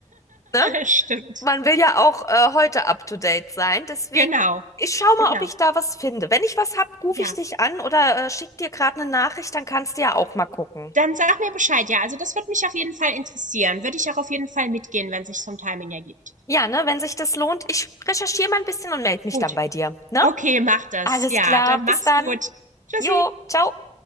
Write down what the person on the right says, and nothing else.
<laughs> Stimmt.
Genau,
genau.
Ja.
Dann sag mir Bescheid, ja. Also das würde mich auf jeden Fall interessieren. Würde ich auch auf jeden Fall mitgehen, wenn sich vom Timing ergibt.
Gut.
Okay, mach das.
Ja,
dann
mach's
gut. Tschüssi.